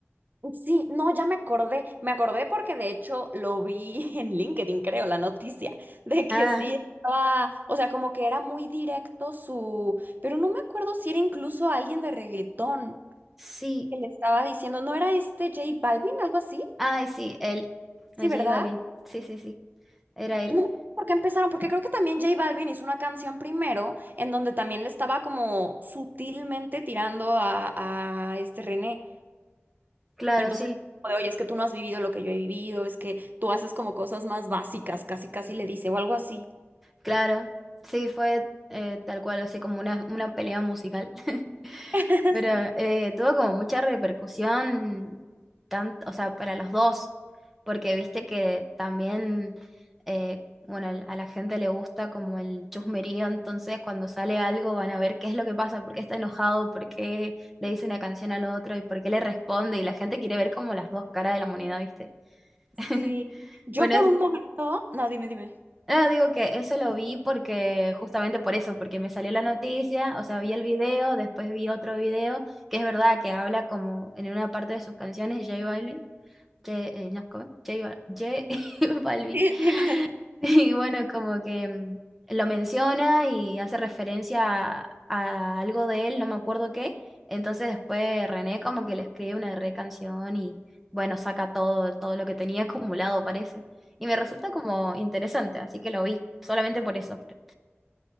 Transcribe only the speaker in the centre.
Ah,
sí,
Ay, sí, él.
No,
J Balvin. Sí, sí, sí. Era él.
Claro,
sí.
Claro. Sí, fue eh, tal cual, así como una, una pelea musical. <laughs>
Pero
eh, tuvo como mucha repercusión, tanto, o sea, para los dos. Porque viste que también, eh, bueno, al- a la gente le gusta como el chusmerío. Entonces, cuando sale algo, van a ver qué es lo que pasa, por qué está enojado, por qué le dice una canción al otro y por qué le responde. Y la gente quiere ver como las dos caras de la moneda, ¿viste? <laughs>
Bueno,
es-
no, digo que eso lo vi porque, justamente por eso, porque me salió la noticia, o sea, vi el video, después vi otro video, que es verdad que habla como en una parte de sus canciones, J Balvin, J, eh, no, ¿cómo es? J, Bal- J <laughs> Balvin
<laughs> Y bueno, como que mm, lo menciona y hace referencia a, a algo de él, no me acuerdo qué. Entonces después René como que le escribe una re canción y bueno, saca todo, todo lo que tenía <laughs> acumulado, parece. Y me resulta como interesante, así que lo vi, solamente por eso. pero-